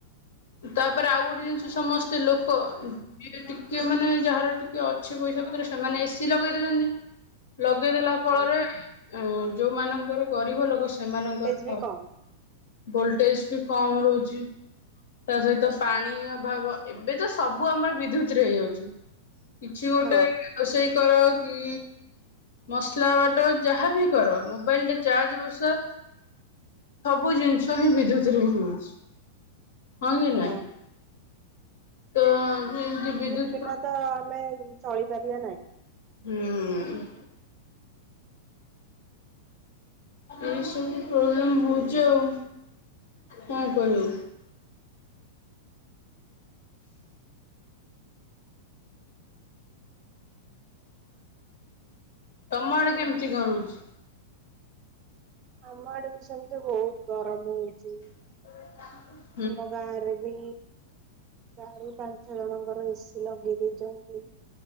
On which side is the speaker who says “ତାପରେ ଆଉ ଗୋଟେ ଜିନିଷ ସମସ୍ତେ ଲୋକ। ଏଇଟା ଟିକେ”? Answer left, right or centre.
Left